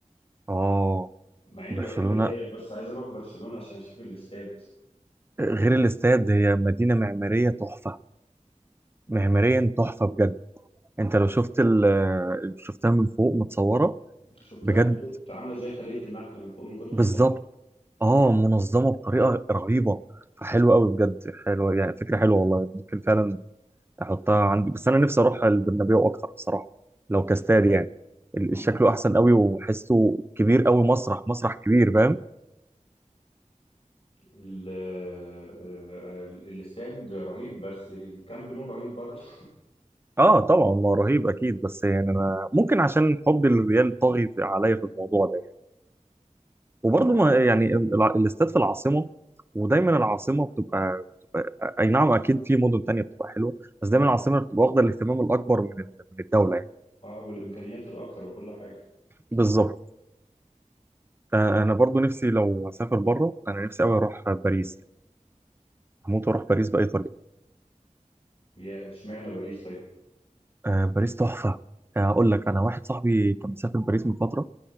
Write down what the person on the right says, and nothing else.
اه
برشلونة
غير الاستاد هي مدينة معمارية تحفة
معماريا تحفة بجد انت لو شفت ال- شفتها من فوق متصورة
بجد
بالظبط
اه منظمه بطريقه رهيبه فحلوه قوي بجد حلوه يعني فكره حلوه والله ممكن فعلا احطها عندي بس انا نفسي اروح البرنابيو اكتر بصراحه لو كاستاد يعني ال-
شكله احسن قوي وحسه كبير قوي مسرح مسرح كبير فاهم
اه طبعا ما رهيب اكيد بس يعني انا ممكن عشان حب الريال طاغي في- عليا في الموضوع
ده يعني. وبرضه ما يعني الع- الاستاد في العاصمه ودايما العاصمه بتبقى, بتبقى اي نعم اكيد في مدن تانية بتبقى حلوه
بس دايما العاصمه بتبقى واخده الاهتمام الاكبر من ال- من الدوله
بالظبط آه، انا برضو نفسي لو اسافر بره انا نفسي قوي اروح باريس يعني هموت واروح باريس باي طريقه
آه، باريس تحفه آه، اقول لك انا واحد صاحبي كان مسافر باريس من فتره